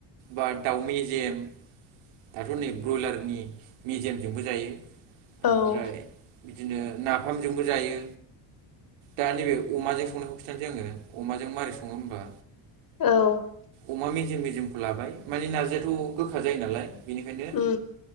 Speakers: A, on the right; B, on the left.
A: बा दाउ मेजेम दाथ' नै ब्रयलारनि मेजेमजोंबो जायो
B: औ
A: ओमफ्राय बिदिनो नाफामजोंबो जायो दा नैबे अमाजों संनायखौ बिनो जोङो अमाजों माबोरै सङो होमबा
B: औ
A: अमा मेजेम मेजेमखौ लाबाय माने नारजियाथ' गोखा जायो नालाय बेनिखायनो
B: उम